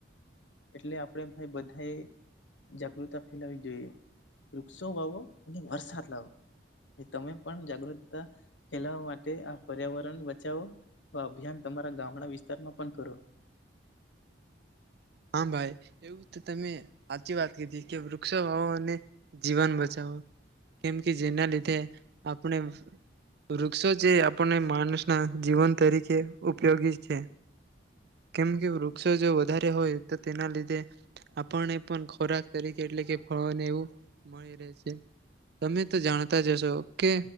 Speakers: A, on the left; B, on the right.
A: એટલે આપણે ભાઈ બધાએ જાગૃતા ફેલાવી જોઈએ વૃક્ષો વાવો અને વરસાદ લાવો તમે પણ જાગૃતતા ફેલાવા માટે આ પર્યાવરણ બચાવો અભિયાન તમારા ગામડા વિસ્તારમાં પણ કરો
B: હા ભાઈ એવું તો તમે સાચી વાત કીધી કે વૃક્ષો વાવો અને જીવન બચાવો કેમ કે જેના લીધે આપણે વૃક્ષો જે આપણને માનસ ના જીવન તરીકે ઉપયોગી છે કેમ કે વૃક્ષો જો વધારે હોય તેના લીધે આપણને પણ ખોરાક તરીકે એટલે કે ફળવાને એવું મળી રહે છે તમે તો જાણતા જશો કે